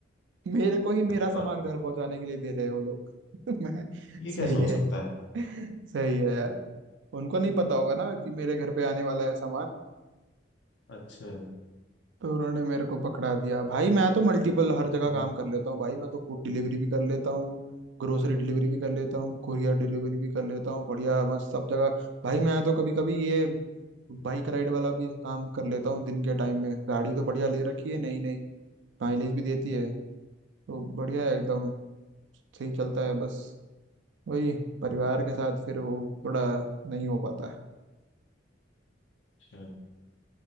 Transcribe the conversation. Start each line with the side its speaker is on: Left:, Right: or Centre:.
Right: मेरे को ही मेरा
Left: अरे
Right: सामान
Left: वाह
Right: घर पहुंचाने के लिए दे रहे हैं वो लोग <laughs> मैं
Left: ये
Right: सही
Left: कैसे हो
Right: है
Left: सकता है
Right: सही है यार उनको नहीं पता होगा ना कि मेरे घर पे आने वाला है सामान
Left: अच्छा
Right: तो उन्होंने मेरे को पकड़ा दिया भाई मैं तो मल्टीपल हर जगह
Left: हम्म,
Right: काम कर लेता हूँ भाई मैं तो फूड डिलीवरी भी कर लेता हूँ ग्रोसरी डिलीवरी भी कर लेता हूँ कुरियर डिलीवरी भी कर लेता हूँ बढ़िया मस्त सब जगह भाई मैं तो कभी कभी ये बाइक राइड वाला भी काम कर लेता हूँ दिन के टाइम में गाड़ी तो बढ़िया ले रखी है नहीं नहीं माइलेज भी देती है तो बढ़िया है एकदम सही चलता है बस वही परिवार के साथ फिर वो थोड़ा नहीं हो पाता
Left: अच्छा